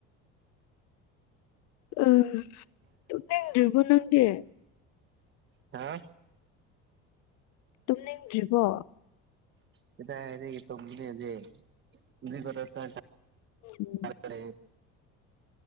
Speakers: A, on the left; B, on the right.
A: ꯑꯁ ꯇꯨꯝꯅꯤꯡꯗꯔ꯭ꯤꯕꯣ ꯅꯪꯗꯤ
B: ꯍꯥ
A: ꯇꯨꯝꯅꯤꯡꯗ꯭ꯔꯤꯕꯣ
B: ꯀꯗꯥꯏꯗꯒꯤ ꯇꯨꯝꯒꯅꯤ ꯍꯧꯖꯤꯛ ꯍꯧꯖꯤꯛ ꯈꯛꯇ ꯆꯥꯛ ꯆꯥ
A: ꯎꯝ
B: <unintelligible>